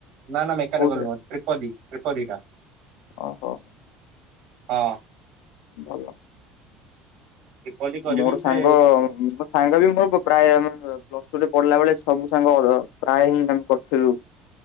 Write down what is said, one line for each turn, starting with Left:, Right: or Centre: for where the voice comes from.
Right: ନା ନା ମୋନେକଲ
Left: କୋଉଥିରେ?
Right: ନୁହ ତ୍ରିପଦୀ ତ୍ରିପଦୀଟା
Left: ଓହୋ
Right: ହଁ।
Left: ଭଲ।
Right: ତ୍ରିପଦୀ କରିବି
Left: ମୋର
Right: ସେ
Left: ସାଙ୍ଗ <unintelligible> ସାଙ୍ଗ ବି ମୋର ପ୍ରାୟ ପ୍ଲସ ଟୁରେ ପଢିଲା ବେଳେ ସବୁ ସାଙ୍ଗ ପ୍ରାୟ ହିଁ ଆମେ କରିଥିଲୁ।